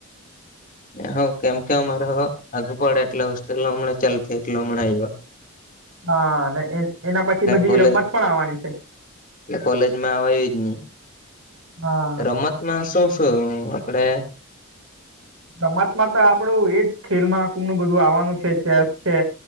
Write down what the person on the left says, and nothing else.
હ કેમ કે અમાર આગુ પડે એટલે હોસ્ટલ હમણા ચાલુ થઈ એટલે હમણા આવયા. <inaudible>
કોલે
એટલે કોલેજમાં આવવાયજ નહી.
રંમતમાં શું શું આપડે